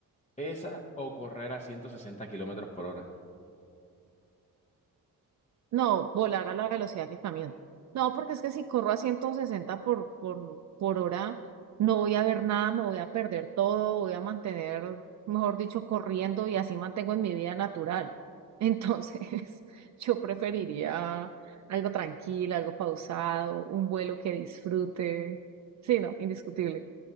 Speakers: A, on the left; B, on the right.
A: Esa o correr a 160 kilómetros por hora.
B: No, volar a la velocidad que camino. No, porque es que si corro a 160 por, por, por hora, no voy a ver nada, me voy a perder todo, voy a mantener, mejor dicho, corriendo y así mantengo en mi vida natural. Entonces, <laughs> yo preferiría algo tranquilo, algo pausado, un vuelo que disfrute. Sí, no, indiscutible.